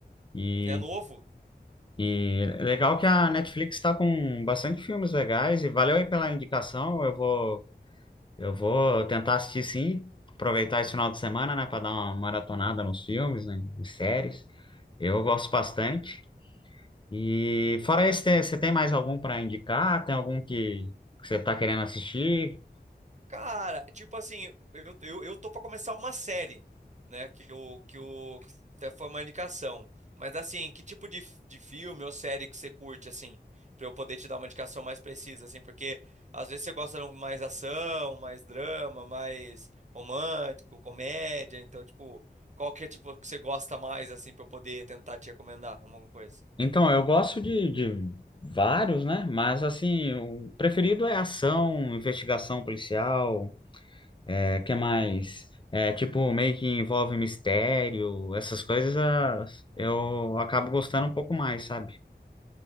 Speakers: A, on the left; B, on the right.
A: E,
B: É novo.
A: e legal que a Netflix está com bastante filmes legais. E valeu aí pela indicação. Eu vou, eu vou tentar assistir sim. Aproveitar esse final de semana, né, para dar uma maratonada nos filmes, né, em séries. Eu gosto bastante. E fora esse, tem- você tem mais algum para indicar? Tem algum que que você está querendo assistir?
B: Cara, tipo assim, eu, eu, eu tô pra começar uma série, né? Que o que o que até foi uma indicação. Mas assim, que tipo de, f- de filme ou série que você curte, assim, pra eu poder te dar uma indicação mais precisa, assim, porque às vezes você gosta de um mais ação, mais drama, mais romântico, comédia, então, tipo, qual que é tipo que você gosta mais, assim, pra eu poder tentar te recomendar alguma coisa?
A: Então, eu gosto de, de vários, né? Mas assim, o preferido é ação, investigação policial, é, que mais? É, tipo, meio que envolve mistério, essas coisas ah, eu acabo gostando um pouco mais, sabe?